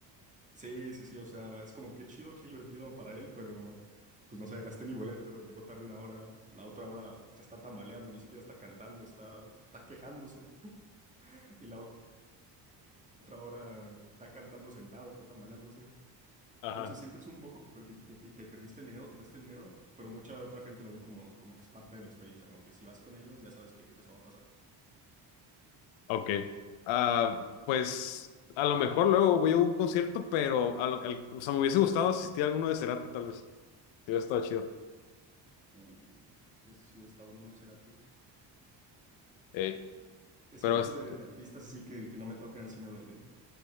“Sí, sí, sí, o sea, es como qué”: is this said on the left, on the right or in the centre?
Right